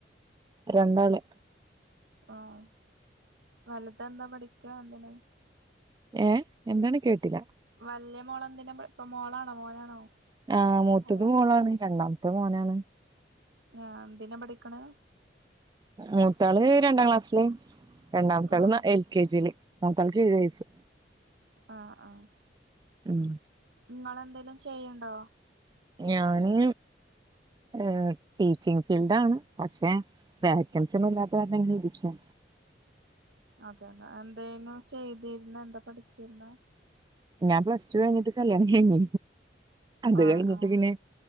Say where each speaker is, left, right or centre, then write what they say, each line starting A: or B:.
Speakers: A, on the right; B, on the right.
A: രണ്ടാള്
B: ആഹ് വലുത് എന്താ പഠിക്ക എന്തിന്
A: ഏഹ് എന്താണ് കേട്ടില്ല
B: വല്യ മോളെന്തിനാ ഇപ്പൊ മോളാണോ മോനാണോ
A: ആഹ് മൂത്തത്
B: ആരാ
A: മോളാണ് രണ്ടാമത്തെ മോനാണ്
B: ആഹ് എന്തിനാ പഠിക്കണെ
A: മൂത്താള് രണ്ടാക്ലാസ്സില് രണ്ടാമത്തള്
B: ആഹ്
A: എൽ കെ ജില് മൂത്തൾക്ക് ഏഴുവയസ്സ്
B: ആഹ് ആഹ്
A: ഉം
B: ങ്ങളെന്തെലും ചെയ്യണ്ടോ
A: ഞാന് എ ടീച്ചിങ് ഫീൽഡാണ് പക്ഷെ വേക്കൻസി ഒന്നുംഇല്ലാത്ത കാർണം ഇങ്ങനെ ഇരിക്ക
B: അതെയതെ എന്തേന് ചെയ്തിരുന്ന എന്താ പഠിച്ചിരുന്ന
A: ഞാൻ പ്ലസറ്റു കഴിഞ്ഞിട്ട് കല്യാണം കഴിഞ്ഞി അത്
B: ആഹ്
A: കഴിഞ്ഞിട്ട്
B: ആഹ്
A: പിന്നെ